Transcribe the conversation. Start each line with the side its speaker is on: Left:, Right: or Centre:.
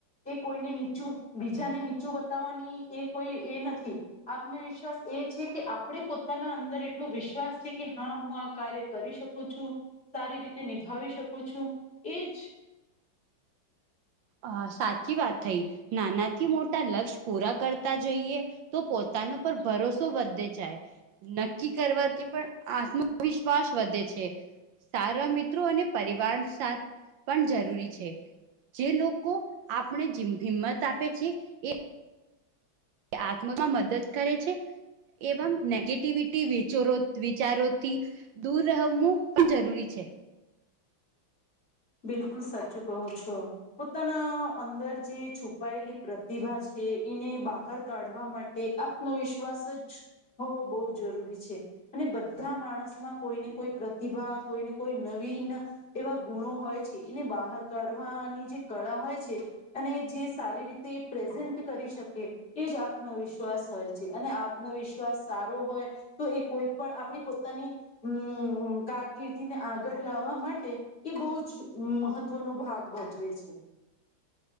Left: એ કોઈને નીચું બીજાને નીચું બતાવવાની એ કોઈ એ નથી. આત્મવિશ્વાસ એ છે કે આપણે પોતાના અંદર એટલો વિશ્વાસ છે કે હા હું આ કાર્ય કરી શકું છું, સારી રીતે નિભાવી શકું છું એજ
Right: અ સાચી વાત થઈ નાનાથી મોટા લક્ષ્ય પૂરા કરતા જઈ તો પોતાનો પર ભરોસો વધે જાય. નક્કી કરવાથી પણ આત્મવિશ્વાસ વધે છે. સારા મિત્રો અને પરિવાર સાથ પણ જરૂરી છે. જે લોકો આપણે હિંમત આપે છે એ આત્મમાં મદદ કરે છે. એવમ નેગેટિવિટી વિચરો વિચારોથી દૂર રહેવું પણ જરૂરી છે.
Left: બિલકુલ સાચુ કહો છો. પોતાના અંદર જે છુપાયેલી પ્રતિભા છે એને બહાર કાઢવા માટે આત્મવિશ્વાસ જ હોવો બહુ જરૂરી છે. અને બધા માણસમાં કોઈને કોઈ પ્રતિભા કોઈ ને કોઈ નવીન એવા ગુણો હોય છે, એને બહાર કાઢવાની જે કળા હોય છે અને જે સારી રીતે પ્રેઝન્ટ કરી શકે એ જ આત્મવિશ્વાસ હોય છે અને આત્મવિશ્વાસ સારો હોય તો એ કોઈ પણ આપણી પોતાની હમ કારકિર્દીને આગળ લાવવા માટે એ બહુ મહત્વનો ભાગ ભજવે છે.